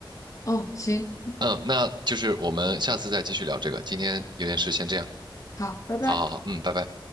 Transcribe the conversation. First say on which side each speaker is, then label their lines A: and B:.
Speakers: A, on the left (about 40°); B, on the right (about 60°).
A: 哦行，
B: 嗯，那就是我们下次再继续聊这个。今天有点事，先这样。
A: 好，拜拜。
B: 好好好，嗯，拜拜。